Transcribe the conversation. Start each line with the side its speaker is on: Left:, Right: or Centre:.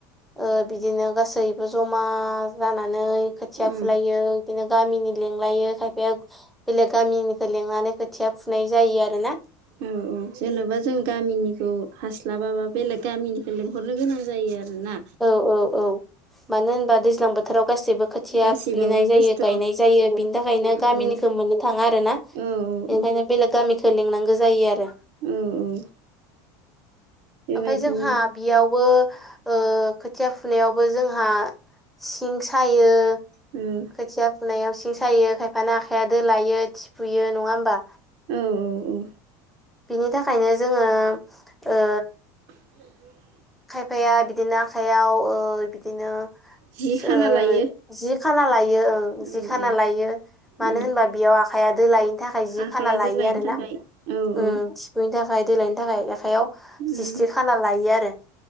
Centre: ओ बिदिनो गासैबो जमा जानानै खोथिया
Right: उम
Centre: फुलायो बिदिनो गामिनि लिंलायो खायफाया बेलेग गामिनिखौ लिंनानै खोथिया फुनाय जायो आरो ना
Right: औ औ जेनबा जों गामिनिखौ हास्लाबाबा बेलेग गामिनिखौ लिंहरनो गोनां जायो आरोना
Centre: औ औ औ मानो होनबा दैज्लां बोथोराव गाससिबो खो- खोथिया
Right: गासिबाबो
Centre: फुहैनाय जायो
Right: बेस्थ'
Centre: गायनाय
Right: औ
Centre: जायो बिनि थाखायनो गामिनिखौ
Right: औ
Centre: मोननो थाङा आरो ना बेनिखायनो
Right: औ औ
Centre: बेलेग गामिखौ लिंनांगौ जायो आरो
Right: औ औ बेबायदिनो
Centre: ओमफ्राय जोंहा बेयावबो ओ खोथिया फुनायावबो जोंहा सिं सायो
Right: उम
Centre: खोथिया फुनायाव सिं सायो खायफाना आखाइया दोलायो थिफुयो नङा होमबा
Right: औ औ औ
Centre: बिनि थाखायनो जोङो ओ
Right: <inaudible>
Centre: खायफाया बिदिनो आखाइयाव ओ बिदिनो
Right: जि खाना
Centre: ओ
Right: लायो
Centre: जि खाना लायो ओं
Right: औ
Centre: जि खाना
Right: औ
Centre: लायो मानो
Right: उम
Centre: होनबा बेयाव आखाइआ दोलायैनि थाखाय जि
Right: आखाइया
Centre: खाना
Right: दोलायनो
Centre: लायो आरोना
Right: थाखाय औ
Centre: उम
Right: औ
Centre: थिफुयिनि थाखाय दोलायिनि थाखाय आखाइायाव
Right: उम
Centre: जिस्रि खाना लायो आरो